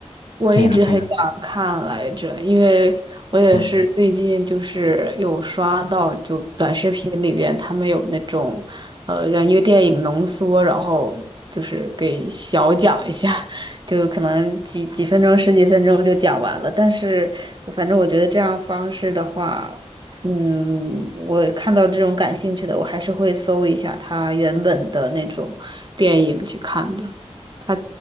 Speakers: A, on the right; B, on the left.
A: 我一直很想看来着，
B: 对呀，对呀，
A: 因为我也是最近就是有刷到，
B: 嗯，
A: 就短视频里边他们有那种，呃，让一个电影浓缩，然后就是给小讲一下，<laughs> 就可能几几分钟、十几分钟就讲完了。但是我反正我觉得这样方式的话，嗯，我看到这种感兴趣的，我还是会搜一下他原本的那种电影去看的。他。